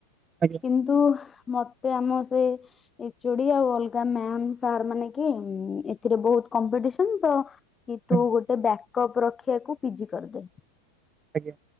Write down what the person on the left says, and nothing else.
କି ନ୍ତୁ ମତେ ଆମ ସେ ଏଚୋଡି ଆଉ ଅଲ ଗାଁ ମ୍ୟାମ୍ ସାର୍ ମାନେ କି ଏଥିରେ ବହୁତ କମ୍ପିଟିସନ ତ କି ତୁ
ଗୋଟେ ବ୍ୟାକଅପ୍ ରଖିବାକୁ ପିଜି କରିଦେ।